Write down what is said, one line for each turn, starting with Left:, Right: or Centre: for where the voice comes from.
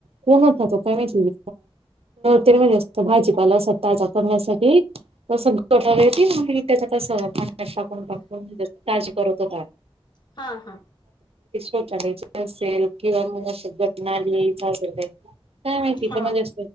Right: कोण होता तो काय माहिती ते म्हणजे अस भाजीपाला असतााचा करण्यासाठी तग कट त्या तस <unintelligible> अशा आप <unintelligible> ताज करत होताात.
Left: हा, हा,
Right: ोचे असेल किंवा मला अस जत नाही का <unintelligible> काय माहितीय
Left: हा
Right: पणज अस